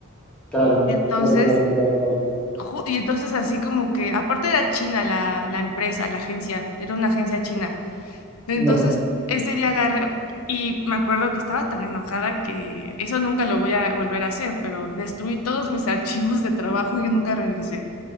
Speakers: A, in the centre; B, on the left (about 75°).
A: claro,
B: Y entonces
A: claro, claro, claro, claro.
B: Ju- Y entonces así como que, aparte era china la, la empresa, la agencia, era una agencia china. Entonces
A: No.
B: ese día agarré y me acuerdo que estaba tan enojada que eso nunca lo voy a volver a hacer, pero destruí todos mis <laughs> archivos de trabajo y yo nunca regresé.